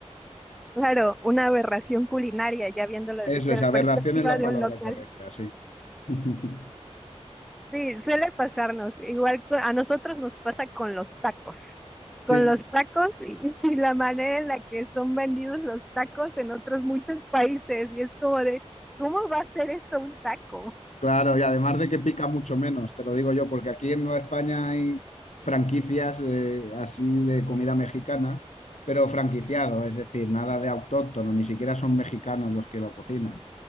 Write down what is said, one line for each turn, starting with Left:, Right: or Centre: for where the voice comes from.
Centre: Claro, una aberración culinaria, ya viéndolo desde
Left: Eso es,
Centre: la
Left: aberración
Centre: perspectiva
Left: es la
Centre: de
Left: palabra
Centre: un local.
Left: correcta, sí. <laughs>
Centre: Sí, suele pasarnos. Igual co- a nosotros nos pasa con los tacos. Con
Left: Sí,
Centre: los tacos y, <laughs> y la manera en la que son vendidos los tacos en otros muchos países. Y es como de, ¿cómo va a ser eso un taco?
Left: claro, y además de que pica mucho menos, te lo digo yo, porque aquí en Nueva España hay franquicias eh, así de comida mexicana, pero franquiciado, es decir, nada de autóctono, ni siquiera son mexicanos los que lo cocinan.